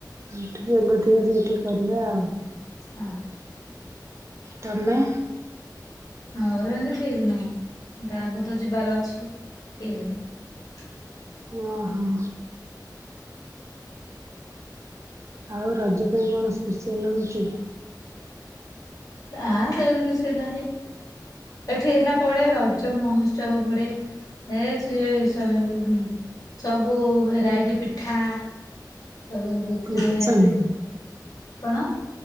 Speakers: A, on the right; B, on the left.
A: ଯଉଠି ଯୋଗ ଥିବ ସେଇଠି କରିବା ଆଉ।
B: ହଁ।
A: ତମେ?
B: ମୋର ଏମତି ଠିକ ନାହିଁ। ଗାଁକୁ ତ ଯିବାର ଅଛି। ହୁଁ, ଠିକ ନା?
A: ଓ ହଁ। ଆଉ ରଜ ପାଇଁ କଣ ସ୍ପେସିଆଲ ହଉଛି?
B: ଆ ସେମିତି କିଛି ନାହିଁ, ଏଠି ହେଲା ପଡେ ରଜ ମହୋତ୍ସବ ପଡେ, ଏ ଚିଏ ସବୁ ସବୁ ଭେରାଇଟି ପିଠା ସବୁ ଏମତି ବିକ୍ରି
A: କମ୍ପିଟିସନ
B: ହୁଏ। ପି କଣ?